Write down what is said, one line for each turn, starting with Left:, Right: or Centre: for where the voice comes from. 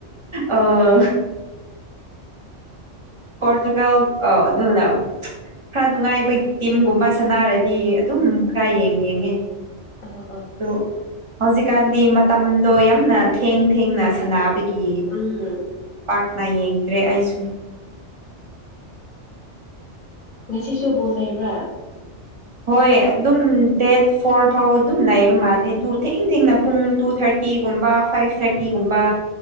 Right: ꯑꯣ ꯀꯣꯔꯆꯨꯒꯜ <unintelligible> ꯈꯔ ꯅꯨꯡꯉꯥꯏꯕ ꯇꯤꯝꯒꯨꯝꯕ ꯁꯥꯟꯅꯥꯔꯗꯤ ꯑꯗꯨꯝ ꯈꯔ ꯌꯦꯡ ꯌꯦꯡꯉꯦ
Left: ꯑꯥ ꯑꯥ
Right: ꯗꯣ ꯍꯧꯖꯤꯛꯀꯥꯟꯗꯤ ꯃꯇꯝꯗꯣ ꯌꯥꯝꯅ ꯊꯦꯡ ꯊꯦꯡꯅ ꯁꯥꯟꯅꯕꯒꯤ
Left: ꯎꯝ
Right: ꯄꯥꯛꯅ ꯌꯦꯡꯗ꯭ꯔꯦ ꯑꯩꯁꯨ
Left: ꯉꯁꯤꯁꯨ ꯕꯣꯜ ꯂꯩꯕ꯭ꯔꯥ
Right: ꯍꯣꯏ ꯑꯗꯨꯝ ꯗꯦꯠ ꯐꯣꯔ ꯐꯥꯎ ꯑꯗꯨꯝ ꯂꯩꯕ ꯃꯥꯜꯂꯦ ꯑꯗꯨ ꯊꯦꯡ ꯊꯦꯡꯅ ꯄꯨꯡ ꯇꯨ ꯊꯥꯔꯇꯤꯒꯨꯝꯕ ꯐꯥꯏꯚ ꯊꯥꯔꯇꯤꯒꯨꯝꯕ